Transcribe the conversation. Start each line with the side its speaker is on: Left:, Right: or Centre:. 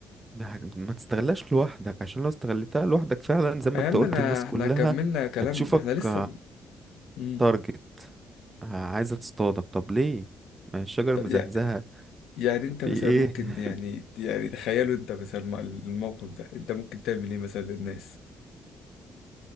Right: ما ما تستغلاش لوحدك عشان لو استغلتها لوحدك فعلا زي ما
Left: يا
Right: انت
Left: عم
Right: قلت
Left: انا
Right: الناس
Left: احنا
Right: كلها
Left: كملنا كلام
Right: هتشوفك
Left: احنا لسه مم.
Right: تارجت عايزة تصطادك طب ليه ما الشجر
Left: طب
Right: مزهزهة
Left: يع- يعني انت مثلا
Right: بإيه
Left: ممكن
Right: <laughs>
Left: يعني يعني تخيلوا انت مثلا الم- الموقف ده انت ممكن تعمل ايه مثلا للناس